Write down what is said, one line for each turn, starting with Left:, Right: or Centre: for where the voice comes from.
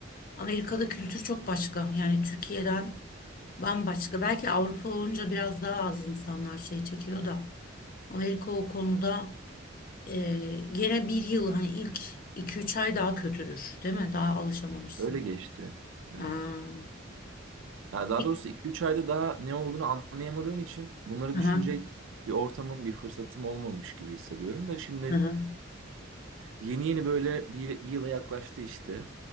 Left: Amerika'da kültür çok başka. Yani Türkiye'den bambaşka. Belki Avrupa olunca biraz daha az insanlar şey çekiyor da. Amerika o konuda e, gene bir yıl hani ilk iki üç ay daha kötüdür. Değil mi? Daha alışamamışsın.
Right: Öyle geçti. Evet.
Left: Aa.
Right: Ya daha
Left: İlk-
Right: doğrusu iki üç ayda daha ne olduğunu anlayamadığım için bunları
Left: Hı
Right: düşünecek
Left: hı.
Right: bir ortamım, bir fırsatım olmamış gibi hissediyorum da şimdi
Left: hı hı.
Right: yeni yeni böyle bir, bir yıla yaklaştı işte.